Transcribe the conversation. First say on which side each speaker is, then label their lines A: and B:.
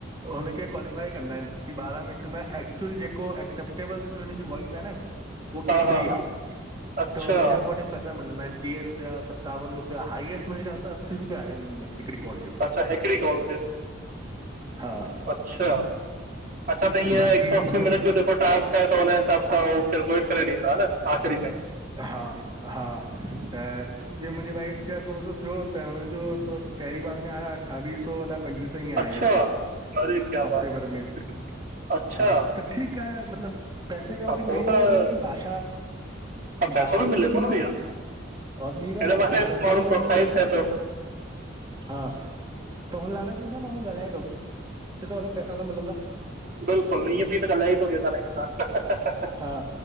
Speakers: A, on the right; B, on the right.
A: हुनखे क्वालीफाइ कन्दाइन कि ॿारा मिंट में एक्चुअल जेको एसेप्टेबल जो हिनन जो वॉइस आहे न उहा केतिरी
B: हा हा हा
A: आहे
B: अच्छा
A: त हुनजे अकॉर्डिंग पैसा मिलंदा आहिनि टीह रुपिया सतावन रुपया हाईएस्ट मुंहिंजे ख्याल सां असी रुपया आ हिन में हिकिड़ी कॉल जो,
B: अच्छा हिकिड़ी कॉल ते
A: हा
B: अच्छा, अच्छा त हीय
A: बाक़ी
B: हिकु सौ असी
A: मतिलबु
B: मिनट जो जेको टास्क आहे त हुन हिसाब सां उहो केलकुलेट करे ॾींदा हा न आख़िरी में
A: हा हा, त जिय मुंहिंजी वाइफ छा थोरो सो थियो त हुननि जो त पहिरीं बार में आया अठावीह सौ अलाइ पंजवीह सौ ईंय
B: अच्छा
A: आयसि
B: अरे क्या
A: हफ़्ते
B: बात है,
A: भर में
B: अच्छा
A: हा त ठीकु आहे मतिलब पैसे खां
B: सपोस
A: वधीक मेन
B: पर
A: ॻाल इहा आहे की भाषा
B: पैसो
A: भाषा बि
B: मिले
A: सुठी
B: थो न
A: आ
B: भैया
A: और ॿी ॻाल्हि
B: हिन बहाने
A: हा पैसे
B: माण्हू
A: जी
B: प्रोत्साहित
A: ॻाल्हि बि थी
B: थिए थो
A: हा, त हुन लालच में छा माण्हू ॻाल्हाए थो, चए तो हलो पैसा त मिलंदा।
B: बिल्कुल ईअं बि त ॻालाए ई थो केसां न केसां
A: हा,